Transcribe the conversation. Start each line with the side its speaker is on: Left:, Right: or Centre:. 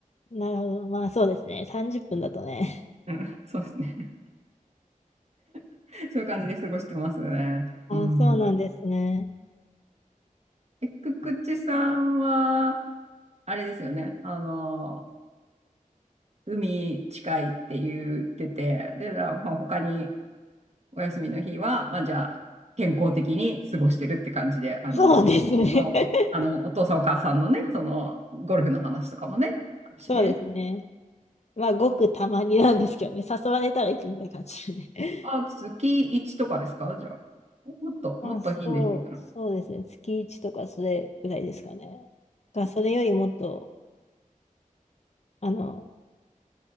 Left: なるほど。まあそうですね。30分だとね。
Right: うん、そうですね。<laughs> そういう感じで過ごしてますね。
Left: あ、
Right: うん。
Left: そうなんですね。
Right: え、くくちさんは、あれですよね。あの、海近いって言ってて、で、だまあ、他にお休みの日は、まあ、じゃあ、健康的に過ごしてるって感じで、あの、
Left: そうですね。
Right: お、
Left: <laughs>
Right: あの、お父さんお母さんのね、その、ゴルフの話とかもね、あるしね。
Left: そうですね。まあごくたまになんですけどね。誘われたら行くみたいな感じでね。
Right: あ、月1とかですかじゃあ。もっと、
Left: まあそう、
Right: もっと頻度低いかな。
Left: そうですね。月1とかそれぐらいですかね。が、それよりもっと、あの、